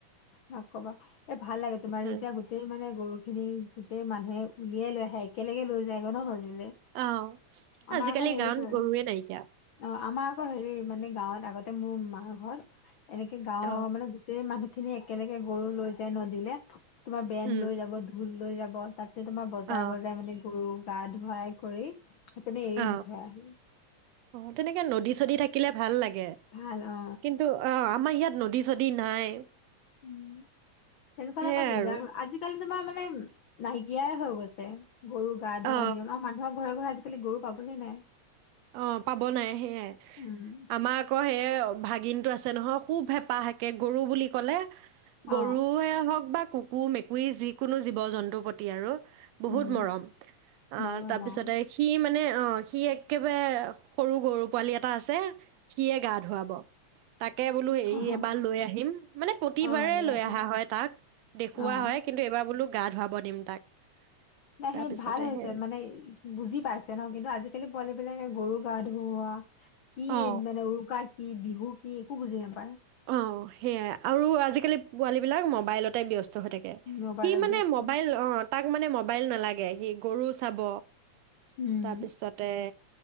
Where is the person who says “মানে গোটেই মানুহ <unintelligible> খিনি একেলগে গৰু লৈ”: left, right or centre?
Left